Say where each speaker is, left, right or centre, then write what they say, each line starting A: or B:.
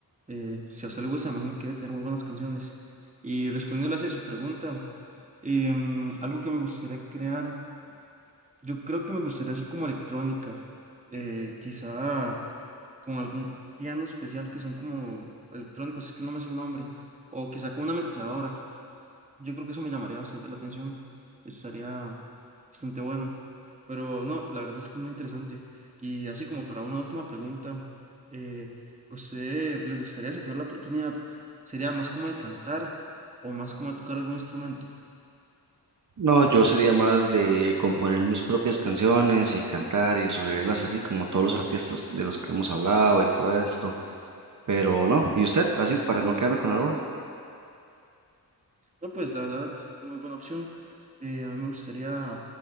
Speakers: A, on the right; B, on the right.
A: Eh, si a usted le gusta, me imagino que debe tener muy buenas canciones. Y respondiéndole hacia su pregunta, em, algo que me gustaría crear, yo creo que me gustaría hacer como electrónica, eh, quizá con algún piano especial que son como electrónicos, es que no me es el nombre, o quizá con una mezcladora. Yo creo que eso me llamaría bastante la atención. Estaría bastante bueno. Pero no, la verdad es que muy interesante. Y así como para una última pregunta, eh, ¿usted le gustaría, si tuviera la oportunidad, sería más como de cantar o más como de tocar algún instrumento?
B: No, yo sería más de componer mis propias canciones y cantar y subirlas así como todos los artistas de los que hemos hablado y todo esto. Pero no, ¿y usted? Así para no quedarme con la duda.
A: No, pues la verdad, muy buena opción. Eh, a mí me gustaría